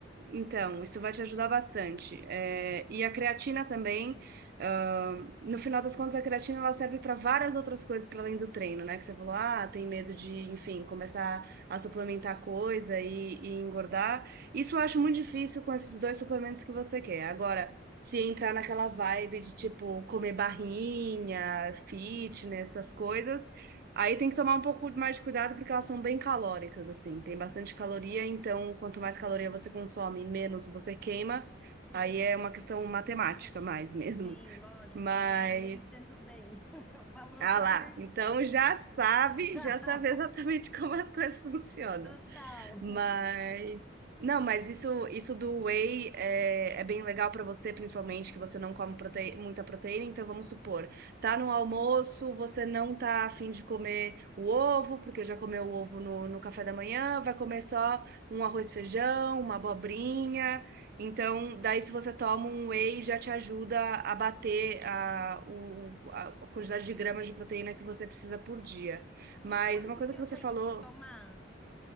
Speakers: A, on the right (about 50°); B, in the centre.
A: então, isso vai te ajudar bastante. É, e a creatina também, ah, no final das contas, a creatina ela serve para várias outras coisas para além do treino, né? Que você falou, ah, tem medo de, enfim, começar a suplementar coisa e, e engordar. Isso eu acho muito difícil com esses dois suplementos que você quer. Agora, se entrar naquela vibe de, tipo, comer barrinha, fitness, essas coisas, Aí tem que tomar um pouco mais de cuidado porque elas são bem calóricas, assim. Tem bastante caloria, então quanto mais caloria você consome, menos você queima. Aí é uma questão matemática mais <laughs> mesmo.
B: Sim, lógico,
A: Mas,
B: eu sou engenheira e entendo bem. <laughs> O balanço
A: ah lá,
B: de energia.
A: então já sabe,
B: <laughs>
A: já sabe exatamente <laughs> como as coisas funcionam.
B: Total.
A: Mas não, mas isso isso do whey é, é bem legal para você, principalmente que você não come prote- muita proteína. Então vamos supor, tá no almoço, você não tá afim de comer o ovo, porque já comeu o ovo no, no café da manhã, vai comer só um arroz e feijão, uma abobrinha. Então, daí se você toma um whey, já te ajuda a bater a, o, a a quantidade de gramas de proteína que você precisa por dia. Mas
B: E o quanto
A: uma coisa
B: que
A: que
B: eu
A: você
B: tenho
A: falou
B: que tomar?